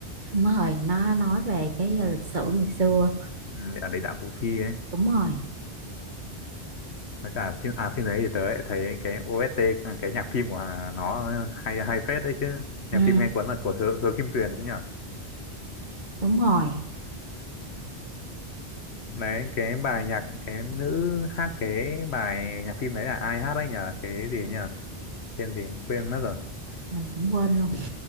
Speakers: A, on the right; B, on the left.
A: đúng rồi nó nói về cái ờ, lịch sử ngày xưa
B: Ừm, ở Địa Đạo Củ Chi ấy
A: đúng rồi
B: với cả phim à phim đấy thì tớ lại thấy cái OST à, cái nhạc phim của nó hay hay phết đấy chứ nhạc
A: ừ
B: phim nghe cuốn là của Hứa, Hứa Kim Tuyền cũng nhỉ
A: đúng rồi
B: đấy cái bài nhạc cái nữ hát cái bài nhạc phim đấy là ai hát đấy nhờ cái gì nhỉ tên gì quên mất rồi
A: mình cũng quên luôn